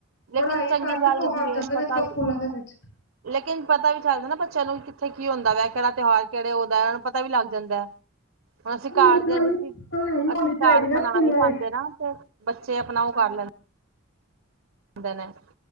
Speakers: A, on the left; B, on the right.
A: ਪੜ੍ਹਾਈ
B: ਲੇਕਿਨ ਚੰਗੀ
A: ਘੱਟ
B: ਗੱਲ
A: ਤਿਉਹਾਰ
B: ਵੀ
A: ਜਿਆਦਾ,
B: ਹੈ
A: ਅੱਜ
B: ਪਤਾ
A: -ਕੱਲ੍ਹ ਸਕੂਲਾਂ
B: ਵੀ
A: ਦੇ ਵਿੱਚ।
B: ਲੇਕਿਨ ਪਤਾ ਵੀ ਚੱਲਦਾ ਨਾ ਬੱਚਿਆਂ ਨੂੰ ਕਿੱਥ ਕੀ ਹੁੰਦਾ ਵਾ, ਕਿਹੜਾ ਤਿਉਹਾਰ, ਕਿਹੜੇ ਉ ਹੁੰਦਾ ਹੈ, ਉਹ ਨੂੰ ਪਤਾ ਵੀ ਲੱਗ ਜਾਂਦਾ ਹੈ। ਹੁਣ ਅਸੀਂ ਕਾਲਜ
A: ਇੰਨੀ ਖਾਲੀ
B: ਵਿੱਚ
A: ਪੜ੍ਹਾਈ
B: ਅਸੀਂ
A: ਹੋਣੀ
B: ਘ
A: ਚਾਹੀਦੀ
B: ਰਮਨਾ
A: ਨਾ ਸਕੂਲਾਂ
B: ਨ ਹੀ
A: ਵਿੱਚ
B: ਮਨ ਆਨਹੀਸਕਦ੍ਹੇ। ਬੱਚੇ ਆਪਣਾ ਉਹ ਕਰ ਲੈਂਦੇ ਦੇਂਦੇ ਨੇ।